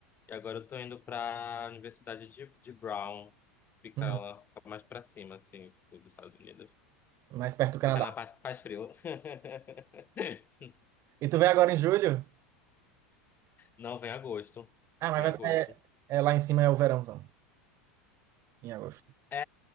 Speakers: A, on the left; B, on the right.
A: e agora eu tô indo para a Universidade de, de Brown. Fica
B: Uhum.
A: lá, fica mais para cima assim, tipo, dos Estados Unidos.
B: Mais perto do Canadá.
A: Fica na parte que faz frio. <laughs>
B: E tu vem agora em julho?
A: Não vem agosto.
B: Ah, mas
A: Vem
B: vai
A: agosto.
B: ter, é, lá em cima é o verãozão, em agosto.
A: É,